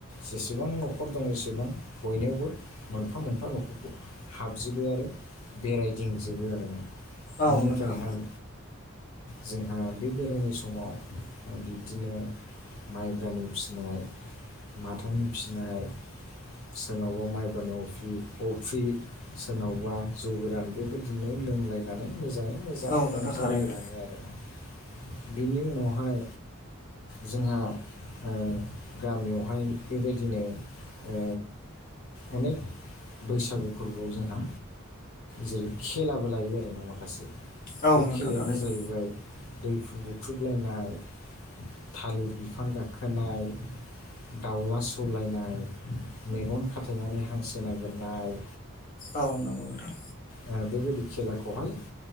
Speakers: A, on the left; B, on the left.
A: जेसेबां न'खर दं एसेबां बयनियावबो मोनफा मोनफा न'खरखौ हाबजोबो आरो बेरायथिंजोबो आरोना बेनिफ्रायहाय
B: औ नोंथां
A: जोंहा बे बेरायनाय समाव बिब्दिनो माइब्रानि फिसिनाय माथानि फिनाय सोरनावबा माइब्रानि अफ्रि अफ्रि सोरनावबा जौ गोरानबो बिदिनो लोंलायनानै मोजाङै मोजां
B: औ नोंथां
A: रंजालायलाङो
B: थारैनो
A: आरो ना। बेनि उनावहाय जोंहा ओ गामियावहाय बेबायदिनो ओ अनेक बैसागु फोरबोआव जोंहा जेरै खेलाबो लायो आरोना माखासे
B: औ
A: बे
B: नोंथां
A: खेलायानो
B: थारैनो
A: जाहैबाय दै फु बुख्रुबलायनाय थालिर बिफां गाखोनाय दाउला सौलायनाय मेगन खाथेनानै हांसो नागिरनाय
B: औ नंगौ नोंथां।
A: ओ बेबायदि खेलाखौहाय